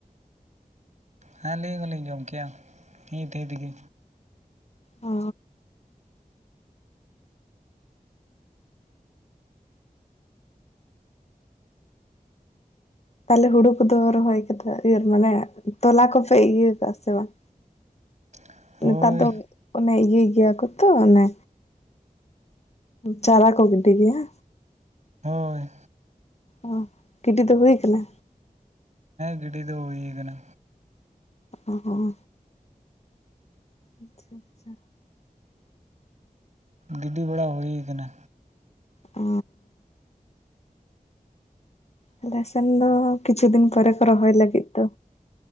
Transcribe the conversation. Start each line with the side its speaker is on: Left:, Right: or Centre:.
Right: ᱦᱮᱸ ᱞᱟᱹᱭ ᱦᱚᱸᱞᱤᱧ ᱡᱚᱢ ᱠᱮᱭᱟ ᱱᱤᱭᱟᱹ ᱛᱤ ᱛᱮᱜᱮ
Left: ᱚ ᱛᱟᱦᱞᱮ ᱦᱩᱲᱩ ᱠᱚᱫᱚ ᱨᱚᱦᱚᱭ ᱠᱮᱫᱟ ᱢᱟᱱᱮ ᱛᱚᱞᱟ ᱠᱚᱯᱮ ᱤᱭᱟᱹ ᱟᱠᱟ-ᱟ ᱥᱮ ᱵᱟᱝ?
Right: <inaudible> ᱦᱳᱭ
Left: ᱱᱮᱛᱟᱨ ᱫᱚ ᱚᱱᱮ ᱤᱭᱟᱹᱭ ᱜᱮᱭᱟ ᱠᱚ ᱛᱚ ᱚᱱᱮ ᱪᱟᱨᱟ ᱠᱚ ᱜᱤᱰᱤ ᱜᱮᱭᱟ᱾
Right: ᱦᱳᱭ
Left: ᱚ ᱜᱤᱰᱤ ᱫᱚ ᱦᱩᱭ ᱠᱟᱱᱟ
Right: ᱜᱤᱰᱤ ᱫᱚ ᱦᱩᱭ ᱟᱠᱟᱱᱟ᱾
Left: ᱚ ᱦᱚᱸ ᱟᱪᱪᱷᱟ ᱟᱪᱪᱷᱟ
Right: ᱜᱤᱰᱤ ᱵᱟᱲᱟ ᱦᱩᱭ ᱠᱟᱱᱟ᱾
Left: ᱚ ᱟᱞᱮ ᱥᱮᱱ ᱫᱚ ᱠᱤᱪᱷᱩ ᱫᱤᱱ ᱯᱚᱨᱮ ᱠᱚ ᱨᱚᱦᱚᱭ ᱞᱟᱹᱜᱤᱫ ᱫᱚ